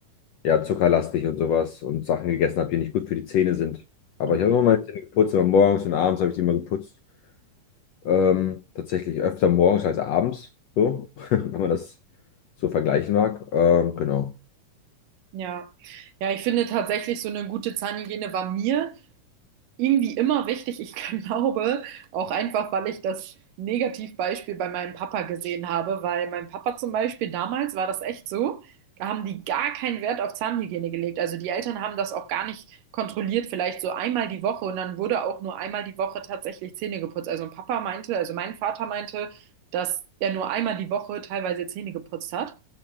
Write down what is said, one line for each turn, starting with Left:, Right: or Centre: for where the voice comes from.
Left: ja, zuckerlastig und sowas und Sachen gegessen habe, die nicht gut für die Zähne sind. Aber
Right: Mhm.
Left: ich habe immer meine Zähne geputzt, immer morgens und abends habe ich die immer geputzt. Ähm, tatsächlich öfter morgens als abends, so, <laughs> wenn man das so vergleichen mag. Ähm, genau.
Right: Ja. Ja, ich finde tatsächlich so eine gute Zahnhygiene war mir irgendwie immer wichtig. Ich <laughs> glaube, auch einfach, weil ich das Negativbeispiel bei meinem Papa gesehen habe, weil mein Papa zum Beispiel damals war das echt so. Da haben die gar keinen Wert auf Zahnhygiene gelegt. Also die Eltern haben das auch gar nicht kontrolliert, vielleicht so einmal die Woche und dann wurde auch nur einmal die Woche tatsächlich Zähne geputzt. Also Papa meinte, also mein Vater meinte, dass er nur einmal die Woche teilweise Zähne geputzt hat.